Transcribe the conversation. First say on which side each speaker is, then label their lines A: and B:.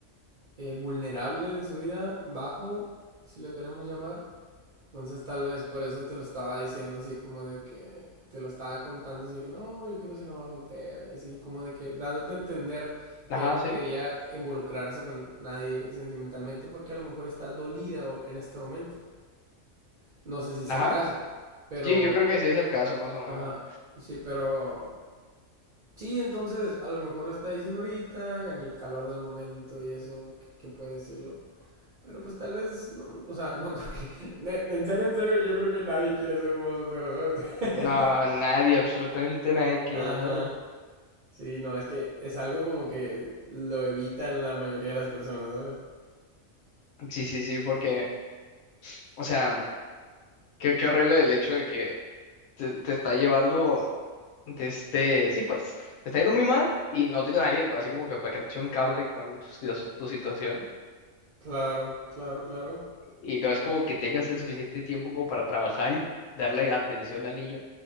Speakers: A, on the right; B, on the left.
A: eh, vulnerable de su vida, bajo, si lo queremos llamar. Entonces tal vez por eso te lo estaba diciendo así como de que te lo estaba contando así de que no, yo quiero ser mamá soltera y así como de que dándote a entender
B: Ajá,
A: que ya no
B: sí.
A: quería involucrarse con nadie sentimentalmente porque a lo mejor está dolida en este momento. No sé si sea
B: Ajá.
A: el caso, pero
B: Sí, yo creo que sí es el caso, más o menos.
A: ajá, sí, pero sí, entonces a lo mejor lo está diciendo ahorita en el calor del momento y eso que, que puede decirlo. Pero pues tal vez, no, o sea, no <laughs> creo que... ne- En serio, en serio, yo creo que nadie quiere ser mamá soltera, ¿sabes?
B: No,
A: <laughs>
B: nadie, absolutamente nadie quiere,
A: Ajá.
B: ¿sabes?
A: Sí, no, es que es algo como que lo evitan la mayoría de las personas, ¿sabes?
B: Sí, sí, sí, porque, o sea, qué, qué horrible el hecho de que te, te está llevando de este, sí, pues, te está yendo muy mal y no tienes a alguien así como que para que te eche un cable con tu, si- tu situación
A: Claro, claro, claro.
B: y no es como que tengas el suficiente tiempo como para trabajar y darle atención al niño,